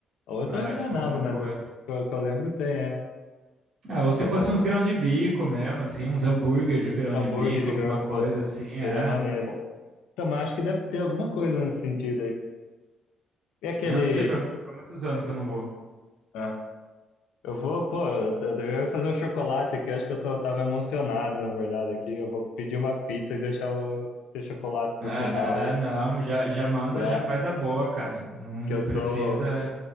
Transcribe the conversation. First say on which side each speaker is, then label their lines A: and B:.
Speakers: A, on the left; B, on the right.
A: Ou eu
B: é,
A: tô enganado,
B: tipo, alguma
A: mas
B: coisa.
A: eu- pelo que eu lembro tem, é.
B: É, ou se
A: Algum
B: fosse uns grão de bico mesmo, assim, uns hambúrguer de grão
A: hambúrguer
B: de bico,
A: de...
B: alguma
A: gra-
B: coisa
A: Pô,
B: assim, é.
A: seria maneiro. Então, mas acho que deve ter alguma coisa nesse sentido aí. E aquele...
B: Eu não sei, foi, foi muitos anos que eu não vou.
A: ah, Eu vou, pô, eu, eu devia fazer um chocolate aqui, acho que eu tô, tava emocionado, na verdade, aqui. Eu vou pedir uma pizza e deixar o esse chocolate pro
B: É,
A: final aí.
B: não, já, já manda,
A: É,
B: já faz a boa, cara. Não, não
A: que eu
B: precisa.
A: tô,